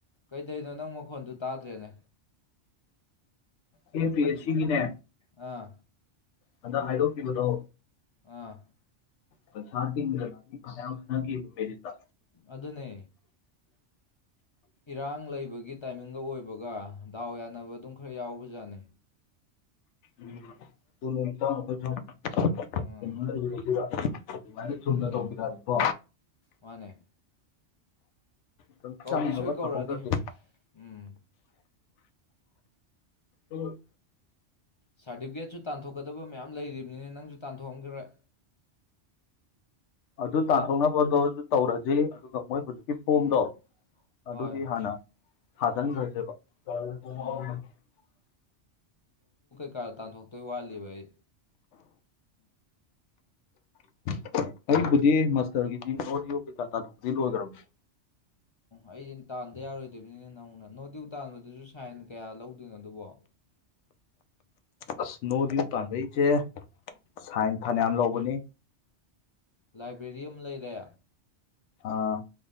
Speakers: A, on the left; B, on the left.
A: ꯀꯩꯗꯩꯅꯣ ꯅꯪ ꯃꯈꯣꯟꯗꯨ ꯇꯥꯗ꯭ꯔꯦꯅꯦ
B: ꯑꯦꯝ ꯄꯤ ꯑꯦꯁ ꯁꯤ ꯒꯤꯅꯦ
A: ꯑꯥ
B: ꯍꯟꯗꯛ ꯍꯥꯏꯗꯣꯛꯈꯤꯕꯗꯣ
A: ꯑꯥ
B: ꯄꯩꯁꯥ ꯇꯤꯡꯗꯅ ꯃꯤ ꯐꯅꯥꯌꯥꯝ ꯆꯪꯅꯈꯤꯕ ꯃꯦꯔꯤꯠꯇ
A: ꯑꯗꯨꯅꯦ ꯏꯔꯥꯡ ꯂꯩꯕꯒꯤ ꯇꯥꯏꯃꯤꯡꯒ ꯑꯣꯏꯕꯒ ꯗꯥꯎ ꯌꯥꯟꯅꯕ ꯑꯗꯨꯝ ꯈꯔ ꯌꯥꯎꯕꯖꯥꯠꯅꯤ
B: ꯎꯝ ꯆꯨꯝꯃꯦ ꯏꯇꯥꯎ ꯑꯩꯈꯣꯢꯁꯨ
A: ꯑꯥ
B: ꯀꯩꯅꯣ ꯂꯩꯈꯤꯕꯗꯨꯗ ꯑꯗꯨꯃꯥꯏꯅ ꯆꯨꯝꯅ
A: ꯑꯗꯨꯅꯦ
B: ꯇꯧꯕꯤꯔꯛꯑꯗꯤꯀꯣ
A: ꯃꯥꯅꯦ
B: ꯗꯨꯝ
A: ꯀꯧꯗꯤ
B: ꯆꯪꯅꯕ
A: ꯁꯣꯏ ꯀꯧꯔꯛꯑꯅꯤ
B: ꯇꯧꯍꯧꯗꯗꯤ
A: ꯎꯝ
B: ꯎꯝ
A: ꯁꯥꯔꯇꯤꯐꯤꯀꯦꯠꯁꯨ ꯇꯥꯟꯊꯣꯛꯀꯗꯕ ꯃꯌꯥꯝ ꯂꯩꯔꯤꯕꯅꯤꯅꯦ ꯅꯪꯁꯨ ꯇꯥꯟꯊꯣꯛꯑꯝꯈꯤꯔꯣꯢ
B: ꯑꯗꯨ ꯇꯥꯟꯊꯣꯛꯅꯕꯗꯣ ꯑꯗꯨ ꯇꯧꯔꯁꯤ ꯑꯗꯨꯒ ꯃꯣꯏ ꯍꯧꯖꯤꯛꯀꯤ ꯐꯣꯝꯗꯣ
A: ꯎꯝ
B: ꯑꯗꯨꯗꯤ
A: ꯍꯣꯏ
B: ꯍꯥꯟꯅ ꯊꯥꯖꯤꯟꯒ꯭ꯔꯖꯦꯕ <unintelligible>
A: ꯎꯝ ꯀꯥ ꯇꯥꯟꯊꯣꯛꯇꯣꯏ ꯋꯥꯠꯂꯤꯕ ꯑꯩ
B: <inaudible> ꯑꯩꯕꯨꯗꯤ ꯃꯁꯇꯔꯒꯤꯗꯤ ꯅꯣ ꯗ꯭ꯌꯨ ꯀꯩ ꯀꯥ ꯇꯥꯟꯊꯣꯛꯄꯗꯤ ꯂꯣꯢꯒ꯭ꯔꯕꯅꯤ
A: ꯑꯩꯗꯤ ꯇꯥꯟꯗ ꯌꯥꯔꯣꯏꯗꯣꯏꯅꯤꯅꯦ ꯅꯧꯅ ꯅꯣ ꯗ꯭ꯌꯨ ꯇꯥꯟꯕꯗꯨꯁꯨ ꯁꯥꯏꯟ ꯀꯌꯥ ꯂꯧꯗꯣꯏꯅꯣ ꯑꯗꯨꯕꯣ
B: ꯑꯁꯅꯣ ꯗ꯭ꯌꯨ ꯇꯥꯟꯕꯩꯖꯦ ꯁꯥꯏꯟ ꯐꯅꯌꯥꯝ ꯂꯧꯕꯅꯤ
A: ꯂꯥꯏꯕ꯭ꯔꯦꯔꯤ ꯑꯃ ꯂꯩꯔꯦ
B: ꯑꯥ